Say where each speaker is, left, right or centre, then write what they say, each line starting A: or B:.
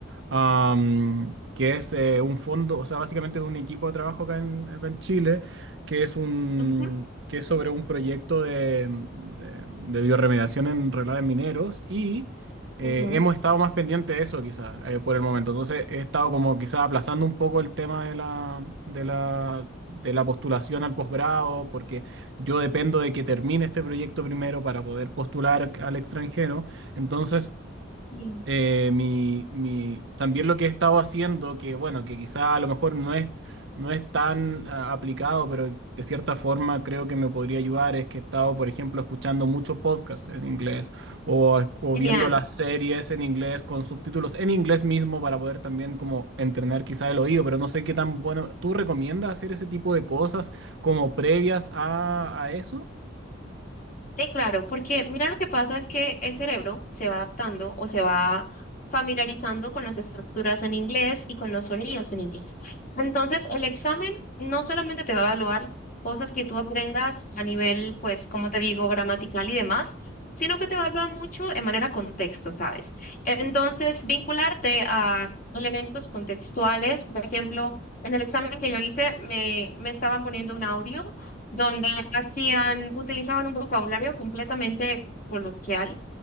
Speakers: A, on the right (about 65°); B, on the left (about 40°).
A: am, que es eh, un fondo, o sea, básicamente de un equipo de trabajo acá en, acá en Chile, que es un,
B: Ujú,
A: que es sobre un proyecto de, de, de biorremediación en relaves mineros y eh,
B: ujú.
A: hemos estado más pendientes de eso quizás eh, por el momento. Entonces he estado como quizás aplazando un poco el tema de la, de la, de la postulación al posgrado, porque yo dependo de que termine este proyecto primero para poder postular al extranjero. Entonces
B: Sí.
A: eh, mi, mi- también lo que he estado haciendo, que bueno, que quizá a lo mejor no es, no es tan ah, aplicado, pero de cierta forma creo que me podría ayudar, es que he estado, por ejemplo, escuchando mucho podcast en inglés o, o
B: Genial.
A: viendo las series en inglés con subtítulos en inglés mismo para poder también como entrenar quizá el oído, pero no sé qué tan bueno. ¿Tú recomiendas hacer ese tipo de cosas como previas a, a eso?
B: Sí, claro, porque mira lo que pasa es que el cerebro se va adaptando o se va familiarizando con las estructuras en inglés y con los sonidos en inglés. Entonces, el examen no solamente te va a evaluar cosas que tú aprendas a nivel, pues, como te digo, gramatical y demás, sino que te evalúa mucho en manera contexto, ¿sabes? Entonces, vincularte a elementos contextuales, por ejemplo, en el examen que yo hice me, me estaban poniendo un audio donde hacían, utilizaban un vocabulario completamente coloquial